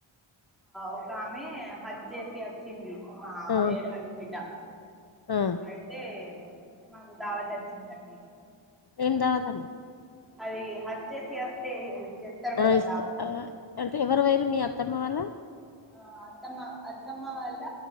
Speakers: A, in the centre; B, on the left.
A: ఒక ఆమె హజ్జేసి చింది మా
B: ఆ
A: ఏడాది బిడ్డ
B: ఆ
A: అయితే మాకు దావత్ తెచ్చిందండి
B: ఏందావత
A: అది హజ్జేసి అస్తే చేస్తారు కదా
B: ఆ ఇస్తారు
A: దావత్
B: ఆహ్, అంటే ఎవరు వైరు మీ అత్తమ్మ వాళ్ళ
A: ఆ అత్తమ్మ అత్తమ్మ వాళ్ల్ళ